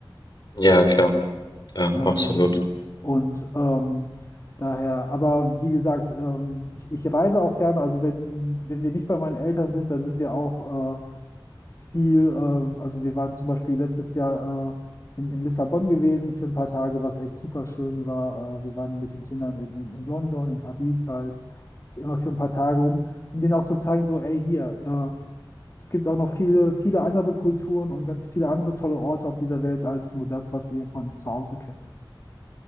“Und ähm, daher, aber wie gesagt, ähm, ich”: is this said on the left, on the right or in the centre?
Left